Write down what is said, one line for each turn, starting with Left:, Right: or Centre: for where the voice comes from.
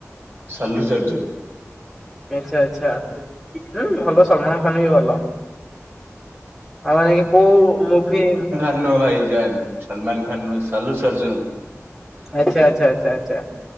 Right: ସଲୁଚର୍ଜୁନ୍।
Centre: ଆଚ୍ଛା ଆଚ୍ଛା ହଁ ଭଲ ସଲମାନ ଖାନ ବି ଭଲ। ଆଉ ମାନ କି କୋଉ ମୁଭି?
Right: <unintelligible> ଭାଇଜାନ ସଲମାନ ଖାନନୁ ସଲୁ ସର୍ଜୁନ।
Centre: ଆଚ୍ଛା ଆଚ୍ଛା ଆଚ୍ଛା ଆଚ୍ଛା